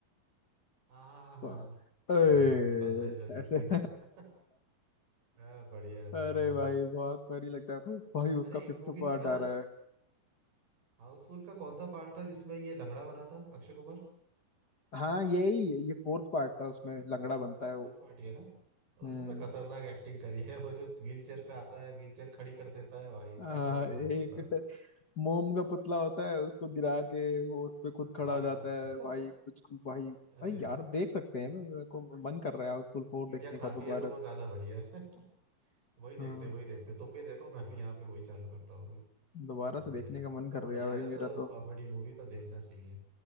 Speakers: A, on the right; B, on the left.
A: हाँ हाँ हाँ हाँ
B: पा-
A: हाँ
B: ए,
A: वो आवाज निकालता है जो अजीब
B: ऐसे
A: सी
B: <laughs>
A: <laughs> हाँ बढ़िया है बढ़िया
B: अरे
A: है
B: भाई
A: बहुत
B: बहुत फनी लगता है भाई
A: अरे
B: उसका
A: एक
B: फिफ्थ
A: मूवी
B: पार्ट
A: थी ना
B: आ रहा है
A: हाउसफुल का कौन सा पार्ट था जिसमें ये लंगड़ा बना था अक्षय कुमार
B: हाँ यही ये फोर्थ पार्ट था उसमें लंगड़ा बनता है
A: फोर्थ
B: वो
A: पार्टी है ना तो
B: हम्म
A: उसमें खतरनाक एक्टिंग करी है वो जो व्हील चेयर पे आता है व्हील चेयर खड़ी कर देता है भाई साहब
B: आ,
A: वो बहुत
B: एक
A: जोरदार था
B: मोम का पुतला होता है उसको गिरा के वो उसपे खुद खड़ा
A: हाँ
B: हो जाता है भाई
A: <laughs>
B: कुछ भाई भाई
A: अरे
B: यार देख सकते हैं मेरे को मन कर रहा है फुल फोर
A: चींटियां
B: देखने
A: खाती
B: का दोबारा
A: है तो वो
B: से
A: ज्यादा बढ़िया है <laughs> वही देखते
B: हाँ
A: वही देखते तुम भी देखो मैं भी यहाँ पे वही चालू करता हूँ अभी
B: दोबारा
A: बढ़िया
B: से देखने
A: है यार
B: का
A: बहुत
B: मन
A: तो
B: कर
A: बढ़िया
B: गया भाई
A: है
B: मेरा
A: तो
B: तो
A: कॉमेडी मूवी तो देखना चाहिए